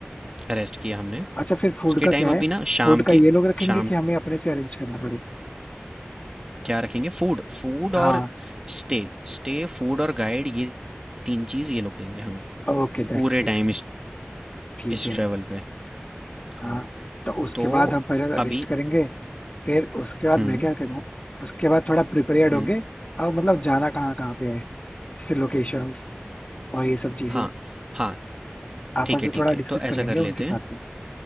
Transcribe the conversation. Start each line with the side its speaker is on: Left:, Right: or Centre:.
Right: रेस्ट किया हमने
Left: अच्छा फिर फूड
Right: उसके
Left: का
Right: टाइम
Left: क्या
Right: अभी
Left: है
Right: ना शाम
Left: फूड का
Right: के
Left: ये लोग रखेंगे
Right: शाम
Left: कि हमें अपने से अरेंज करना पड़े
Right: क्या रखेंगे फूड फूड
Left: हाँ
Right: और स्टे स्टे फूड और गाइड ये तीन चीज़ ये लोग देंगे हमें
Left: ओके दैट्स
Right: पूरे
Left: ग्रेट
Right: टाइम इस
Left: ठीक
Right: इस
Left: है
Right: ट्रेवल पे
Left: हाँ
Right: हाँ
Left: तो उसके
Right: तो
Left: बाद हम पहले
Right: अभी
Left: रेस्ट करेंगे फिर उसके बाद
Right: हम्म
Left: मैं क्या करूँ उसके बाद थोड़ा प्रिपेयर्ड
Right: हम्म
Left: होंगे और मतलब जाना कहाँ कहाँ पे है जैसे लोकेशंस और ये सब चीजें
Right: हाँ हाँ
Left: आपस
Right: ठीक
Left: में
Right: है ठीक
Left: थोड़ा
Right: है
Left: डिस्कस
Right: तो
Left: कर
Right: ऐसा
Left: लेंगे
Right: कर
Left: उनके
Right: लेते
Left: साथ
Right: हैं
Left: में